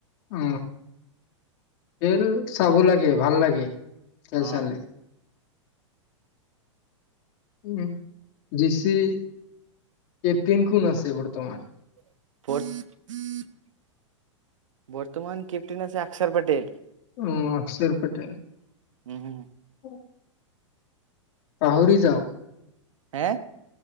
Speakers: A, on the left (about 50°); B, on the right (about 75°).
A: উ খেল চাব লাগে ভাল লাগে খেলচালে
B: অ
A: উম জিষি এ কেপ্টেন কোন আছে বৰ্তমান
B: <unintelligible> বৰ্তমান কেপ্টেন আছে আকসৰ পটেল
A: অ অক্ষৰ পটেেল
B: উম হু
A: <unintelligible> পাহৰি যাওঁ
B: হে